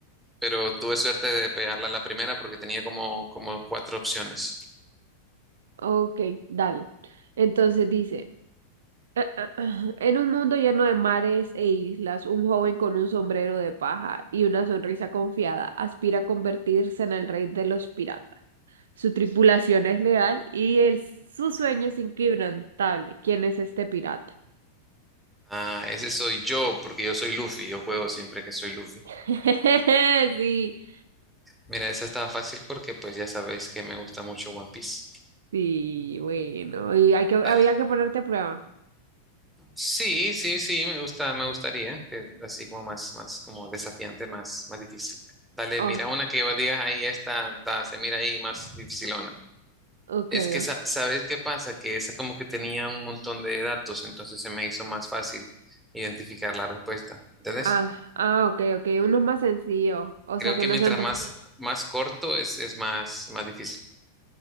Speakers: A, in the centre; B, on the right (about 60°).
A: pero tuve suerte de pegarla a la primera porque tenía como, como cuatro opciones.
B: Ok, dale. Entonces dice. Ah, ah, ah. En un mundo lleno de mares e islas, un joven con un sombrero de paja y una sonrisa confiada aspira a convertirse en el rey de los piratas. Su tripulación es leal y el- su sueño es inquebrantable. ¿Quién es este pirata?
A: Ah, ese soy yo, porque yo soy Luffy, yo juego siempre que soy Luffy.
B: <laughs> Sí,
A: Mira, esa estaba fácil porque pues ya sabes que me gusta mucho One Piece.
B: sí, bueno, y hay que, había
A: Dale.
B: que ponerte a prueba.
A: Sí, sí, sí, me gusta, me gustaría, que así como más, más como desafiante, más, más difícil. Dale,
B: Oh,
A: mira una que vos digas ahí, esta, ta, se mira ahí más difícil
B: ok.
A: Es que,
B: oh.
A: sa- ¿sabes qué pasa? Que esa como que tenía un montón de datos, entonces se me hizo más fácil identificar la respuesta. ¿Entendés?
B: Ah, ah, ok, ok, unos más sencillos, o
A: Creo
B: sea, que
A: que
B: no
A: mientras
B: sean tan
A: más, más corto es, es más, más difícil.